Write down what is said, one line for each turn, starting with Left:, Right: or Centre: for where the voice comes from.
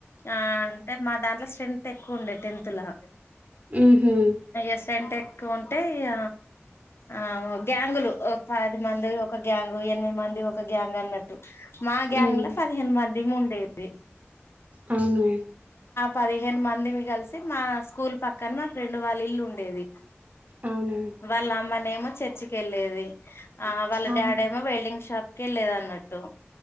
Left: ఆ అంటే మా దాంట్లో స్రే ఎక్కువ ఉండే టెన్త్ లా
Right: మ్హూ.
Left: ఎస్ అంటే ఎ ఉంటే ఇగ ఆ ఆ గ్యాంగులు ఒ పది మంది ఒక గ్యాంగ్ ఎనిమిది మంది ఒక గ్యాంగ్ అన్నట్ మా గాంగ్ల
Right: మ్,
Left: పదిహేను మంది ఉండేది దే
Right: అవును
Left: పదిహేను మందిమి కలిసి మా స్కూల్ పక్కన మా ఫ్రెండ్ వాళ్ళ ఇల్లు ఉండేది
Right: అవునా
Left: వాళ్ళ అమ్మనే ఏమో చర్చి కి వెళ్ళేది. ఆ వాళ్ళ
Right: అవును
Left: డాడీ ఏమో వెల్డింగ్ షాప్ కి వెళ్లేది అన్నట్టు.